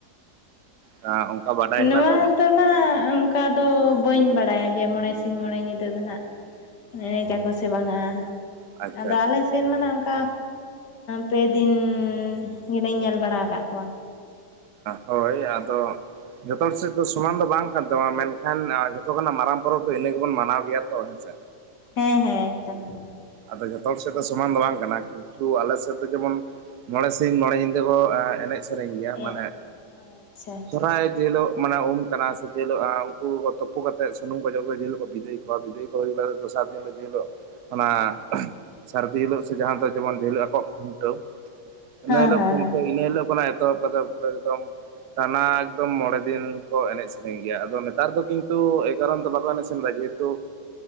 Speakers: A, on the right; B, on the left.
A: ᱦᱮ ᱚᱱᱠᱟ ᱵᱟᱰᱟᱭ
B: ᱱᱚᱣᱟ
A: ᱦᱮᱱᱟᱜ ᱛᱟᱵᱚᱱᱟ
B: ᱫᱚ ᱟᱸᱜ ᱚᱱᱠᱟ ᱫᱚ ᱵᱟᱹᱧ ᱵᱟᱲᱟᱭᱟ ᱡᱮ ᱢᱚᱬᱮ ᱥᱤᱧ ᱢᱚᱬᱮ ᱧᱤᱫᱟᱹ ᱫᱚ ᱦᱟᱸᱜ ᱮᱱᱮᱡ ᱟᱠ ᱠᱚ ᱥᱮ ᱵᱟᱝᱼᱟ
A: ᱟᱪᱪᱷᱟ
B: ᱟᱫᱚ
A: ᱟᱪᱪᱷᱟ
B: ᱟᱞᱮ ᱥᱮᱱ ᱢᱟᱱᱮ ᱚᱱᱠᱟ ᱯᱮᱫ ᱤᱱ ᱜᱮᱞᱮᱧ ᱧᱮᱞ ᱵᱟᱲᱟ ᱟᱠᱟᱫ ᱠᱚᱣᱟ᱾
A: ᱦᱳᱭ ᱟᱫᱚ ᱡᱚᱛᱚ ᱦᱚᱲ ᱥᱮᱫ ᱫᱚ ᱥᱚᱢᱟᱱ ᱫᱚ ᱵᱟᱝ ᱠᱟᱱ ᱛᱟᱵᱚᱱᱟ, ᱢᱮᱱᱠᱷᱟᱱ ᱡᱷᱚᱛᱚ ᱠᱷᱚᱱᱟᱜ ᱢᱟᱨᱟᱝ ᱯᱚᱨᱚᱵᱽ ᱫᱚ ᱤᱱᱟᱹ ᱜᱮᱵᱚᱱ ᱢᱟᱱᱟᱣ ᱜᱮᱭᱟ ᱛᱚ ᱦᱮᱸᱥᱮ᱾
B: ᱦᱮᱸ ᱦᱮᱸ ᱮᱠᱫᱚᱢ ᱮᱠᱫᱚᱢ
A: ᱟᱫᱚ ᱡᱚᱛᱚ ᱦᱚᱲ ᱥᱮᱫ ᱫᱚ ᱥᱚᱢᱟᱱ ᱫᱚ ᱵᱟᱝ ᱠᱟᱱᱟ ᱠᱤᱱᱛᱩ ᱟᱞᱮ ᱥᱮᱫ ᱫᱚ ᱡᱮᱢᱚᱱ ᱢᱚᱬᱮ ᱥᱤᱧ ᱢᱚᱬᱮ ᱧᱤᱫᱟᱹ ᱠᱚ ᱮᱱᱮᱡ ᱥᱮᱨᱮᱧ ᱜᱮᱭᱟ ᱢᱟᱱᱮ
B: ᱮ ᱟᱪᱪᱷᱟ ᱟᱪᱪᱷᱟ
A: ᱥᱚᱨᱦᱟᱭ ᱡᱮ ᱦᱤᱞᱳᱜ ᱢᱟᱱᱮ ᱩᱢ ᱠᱟᱱᱟ ᱥᱮ ᱡᱮᱦᱤᱞᱳᱜ ᱩᱱᱠᱩ ᱛᱩᱯᱩ ᱠᱟᱛᱮᱫ ᱥᱩᱱᱩᱢ ᱠᱚᱡᱚᱜ ᱠᱚ ᱡᱮᱞ ᱠᱚᱜ ᱵᱤᱫᱟᱹᱭ ᱠᱚᱣᱟ ᱵᱤᱫᱟᱹᱭ ᱠᱚ ᱦᱩᱭ ᱵᱟᱲᱟ ᱫᱚᱥᱟᱨ ᱫᱤᱱ ᱨᱮ ᱡᱮ ᱦᱤᱞᱳᱜ ᱚᱱᱟ ᱥᱟᱹᱨᱫᱤ ᱦᱤᱞᱳᱜ ᱥᱮ ᱡᱟᱦᱟᱸ ᱫᱚ ᱡᱮᱢᱚᱱ ᱡᱮ ᱦᱤᱞᱳᱜ ᱟᱠᱚ ᱠᱷᱩᱱᱴᱟᱹᱣ ᱤᱱᱟᱹ
B: ᱦᱮᱸ
A: ᱦᱤᱞᱳᱜ
B: ᱦᱮᱸ ᱦᱮᱸ
A: ᱤᱱᱟᱹ ᱦᱤᱞᱳᱜ ᱠᱷᱚᱱᱟᱜ ᱮᱛᱚᱦᱚᱵ ᱠᱟ ᱠᱟᱛᱮ ᱯᱩᱨᱟᱹ ᱮᱠᱫᱚᱢ ᱴᱟᱱᱟ ᱮᱠᱫᱚᱢ ᱢᱚᱬᱮ ᱫᱤᱱ ᱠᱚ ᱮᱱᱮᱡ ᱥᱮᱨᱮᱧ ᱜᱮᱭᱟ ᱟᱫᱚ ᱱᱮᱛᱟᱨ ᱫᱚ ᱠᱤᱱᱛᱩ ᱮ ᱠᱟᱨᱚᱱ ᱫᱚ ᱵᱟᱠᱚ ᱮᱱᱮᱡ ᱫᱟ ᱡᱮᱦᱮᱛᱩ